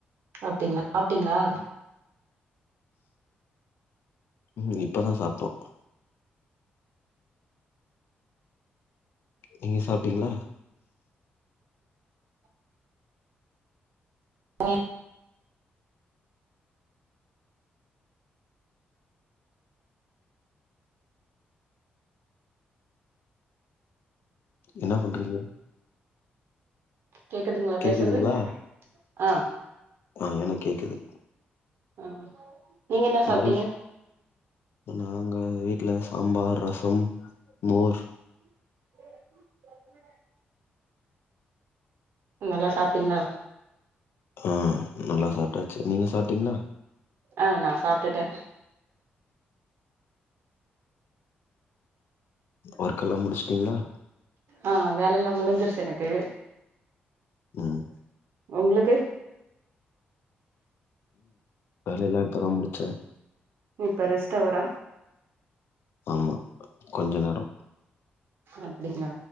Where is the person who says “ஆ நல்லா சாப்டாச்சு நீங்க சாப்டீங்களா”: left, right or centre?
Left